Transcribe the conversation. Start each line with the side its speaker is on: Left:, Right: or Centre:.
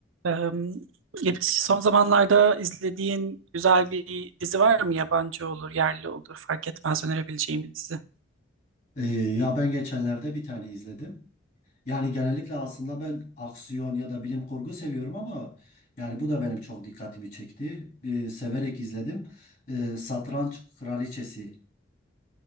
Right: Eee, geç- son zamanlarda izlediğin güzel bir dizi var mı? Yabancı olur, yerli olur, fark etmez önerebileceğim bir dizi.
Left: Ee, ya ben geçenlerde bir tane izledim. Yani genellikle aslında ben aksiyon ya da bilim kurgu seviyorum ama yani bu da benim çok dikkatimi çekti. Ee, severek izledim. Ee, Satranç Kraliçesi.